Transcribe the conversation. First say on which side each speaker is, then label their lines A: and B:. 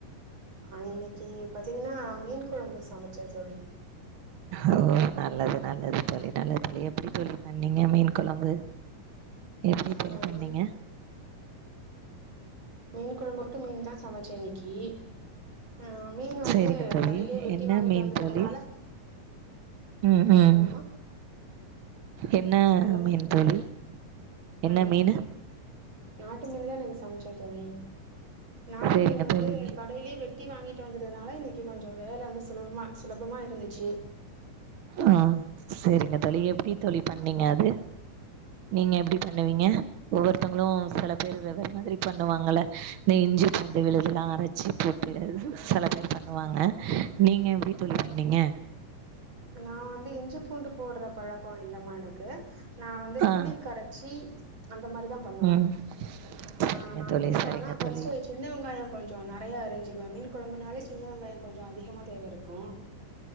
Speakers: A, on the right; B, on the right.
A: ஆ இன்னைக்கி பாத்தீங்ன்னா மீன் குழம்பு சமைச்ச தோழி
B: ஓ நல்லது நல்லது தோழி நல்லது தோழி எப்டி தோழி பண்ணீங்க மீன் கொழம்பு எப்டி தோழி
A: ஆ
B: பண்ணிங்க
A: மீன் மீன் கொழம்பு மட்டும் மீன் தா சமச்ச இன்னிக்கி ஆ மீன் வந்து
B: சேரிங்க தோழி
A: கடையலயே வெட்டி
B: என்ன
A: வாங்கிட்டு
B: மீன்
A: வந்துட்டதுனால
B: தோழி ம்
A: சொல்லுங்கம்மா
B: ம் என்ன
A: சொல்லுங்க
B: மீன் தோழி
A: ஆ
B: என்ன மீனு
A: நாட்டு மீனு தா எனக்கு ம் சமச்சன் தோழி நாட்டு
B: சேரிங்க
A: மீன் வந்து
B: தோழி
A: கடையிலயே வெட்டி வாங்கிட்டு வந்ததுனால இன்னிக்கு கொஞ்சோ வேல வந்து சு சுலபமா சுலபமா இருந்துச்சி
B: ஆ சேரிங்க தோழி எப்டி தோழி பண்ணீங்க அது நீங்க எப்படி பண்ணுவீங்க ஒவ்வொருத்தங்களு சில பேரு வெவ்வேற மாதிரி பண்ணுவாங்கல்ல இந்த இஞ்சி பூண்டு விழுதல்லா அரைச்சு போட்டு சில பேர் பண்ணுவாங்க நீங்க எப்டி தோழி பண்ணீங்க
A: நா வந்து இஞ்சிப் பூண்டு போடுற பழக்கோ இல்லமா எனக்கு நா வந்து
B: ஆ
A: புளி கரைச்சி அந்த மாரிதா பண்ணுவ
B: ம் சரிங்க
A: ஆ நா
B: தோழி
A: எப்டி
B: சரிங்க
A: பண்ணுவனா ஃபர்ஸ்ட்
B: தோழி
A: சின்ன வெங்காய கொஞ்சோ நெறைய அரிஞ்சிக்குவ மீன் குழம்புனாலே சின்ன வெங்காய கொஞ்சோ அதிகமா தேவ இருக்கும்